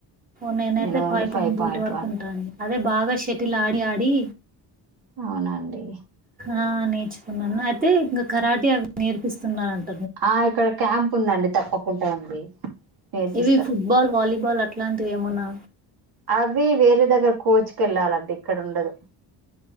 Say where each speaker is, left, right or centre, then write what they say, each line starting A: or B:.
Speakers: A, on the right; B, on the right.
A: నేనైతే
B: నేను ఓన్లీ
A: ఫైవ్ పాయింట్ ఎయిట్ వరకు
B: వన్
A: ఉంటాడి అదే బాగా షటిలా ఆడి ఆడి
B: అవునండి
A: ఆ నేర్చుకున్నాను అయితే ఇంకా కరాటే అవి నేర్పిస్తున్నంట
B: ఆ ఇక్కడ క్యాంప్ ఉందండి తప్పడా కుంటా ఉంది నేర్పిస్తారు
A: ఇవి ఫుట్‌బాల్ వాలీబాల్ అట్లాంటివి ఏమన్నా
B: అవి వేరే దగ్గర కోచ్‌కి వెళ్ళాలండి ఇక్కడ ఉండదు